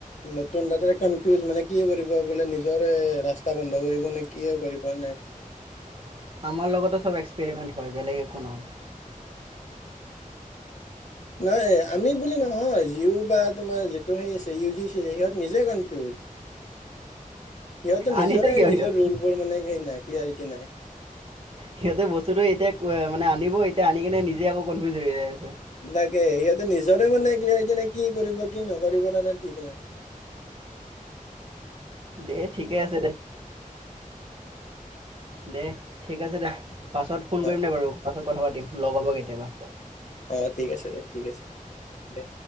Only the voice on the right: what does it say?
<unintelligible> আমাৰ লগতে চব এক্সপেৰিমেণ্ট হয়, বেলেগ একো নহয়।
আনিছে
কিয়
সিহঁতে
সিহঁতে বস্তুটো এতিয়া মানে আনিব এতিয়া আনি কিনে নিজে আকৌ কনফিউজ হৈ যায়।
দেই ঠিকে আছে দে। দে, ঠিক আছে দে। পাছত ফোন কৰিম
দে বাৰু পাছত। কথা পাতিম লগ হ'ব কেতিয়াবা।